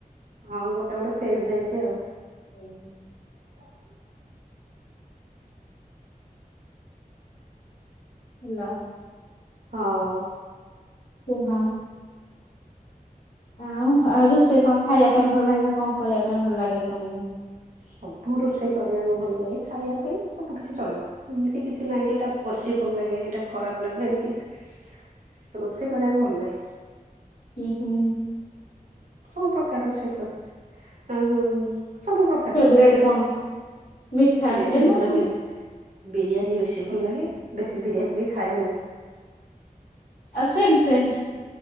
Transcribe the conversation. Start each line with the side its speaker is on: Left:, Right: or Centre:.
Right: ହଁ ଗୋଟେ ଗୋଟେ ଫେଜ୍ ଯାଇଚି ଆଉ।
Left: ହୁଁ।
Right: <inaudible>
Left: ହଲୋ।
Right: ହଉ।
Left: ଓ ହଁ। ଆଉ ଆଉ ରୋଷେଇ କଣ ଖାଇବା ପାଇଁ ଭଲ ଲାଗେ। କଣ କରିବା ପାଇଁ ଭଲ ଲାଗେ ତମକୁ।
Right: ସବୁ ରୋଷେଇ କରିବାକୁ ଭଲ ଲାଗେ। ଖାଇବା ପାଇଁ ସବୁ କିଛି ଚଳିବ। ଏମିତି କିଛି ନାହିଁ ଯେ ଏଇଟା ପୋଶିବ ଭଲ ଲାଗେ ଏଇଟା ଖରାପ ଲାଗେ। ଏମିତି ରୋଷେଇ କରିବାକୁ ଭଲ ଲାଗେ।
Left: ହୁ ହୁ ।
Right: ସବୁ ପ୍ରକାର ରୋଷେଇ କରିବ ଆଉ। ସବୁ ପ୍ରକାର
Left: ଫେବ୍ରେଟ୍
Right: କରେ।
Left: କଣ ମିଠା
Right: ବେଶୀ
Left: ଉପରେ
Right: ଭଲ
Left: ନା
Right: ଲାଗେ ବିରିୟାନୀ ବେଶି ଭଲ ଲାଗେ ।ବେଶି ବିରିୟାନୀ ବି ଖାଏ ମୁଁ।
Left: ଆ ସେମ୍ ସେମ୍।